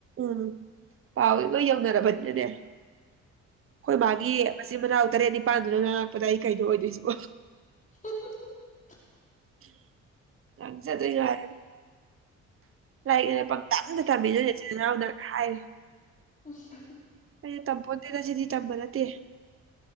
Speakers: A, on the right (about 45°); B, on the left (about 25°).
A: ꯎꯝ ꯄꯥꯎ ꯂꯣꯏ ꯌꯧꯅꯔꯕꯅꯤꯅꯅꯦ ꯑꯩꯈꯣꯏ ꯃꯥꯒꯤ ꯃꯆꯤꯟ ꯃꯅꯥꯎ ꯇꯔꯦꯠ ꯅꯤꯄꯥꯥꯟꯗꯨꯅ ꯉ ꯂꯥꯛꯄꯗ ꯑꯩ ꯀꯩꯗꯣ ꯑꯣꯏꯗꯣꯏꯁꯤꯕꯣ
B: <unintelligible>
A: <unintelligible> ꯉꯥꯡꯖꯗ꯭ꯔꯦ ꯌꯥꯔ ꯂꯥꯏꯔꯤꯛꯅꯦꯅ ꯄꯪꯇꯝꯗ ꯑꯇ ꯅꯣ ꯌꯥꯎꯗ ꯍꯥꯏ
B: ꯑ <unintelligible>
A: ꯀꯁ ꯇꯝꯄꯣꯠꯇꯦꯗ ꯁꯤꯗꯤ ꯇꯝꯕ ꯠꯇꯦ